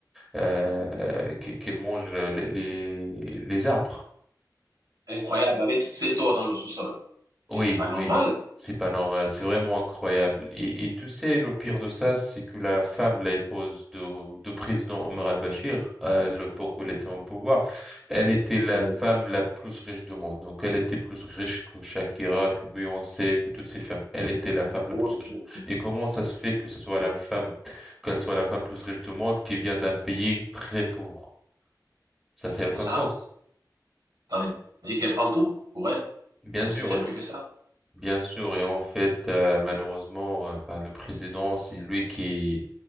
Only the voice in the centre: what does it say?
euh, qu'- qu'ils mangent les, les les arbres.
Oui,
oui, c'est pas normal, c'est vraiment incroyable. Et, et tu sais, le pire de ça, c'est que la femme, la épouse de, de président Omar al-Bashir, à l'époque où elle était en pouvoir, elle était la
femme la plus riche du monde. Donc, elle était plus riche que Shakira, que Beyoncé, que toutes ces femmes. Elle était la femme la
plus riche. Et comment ça se fait que ce soit la femme, qu'elle soit la femme plus riche du monde qui vient d'un pays très pauvre? Ça fait aucun
sens.
Bien
sûr,
Bien sûr, et en fait, euh, malheureusement, euh, enfin, le président, c'est lui qui,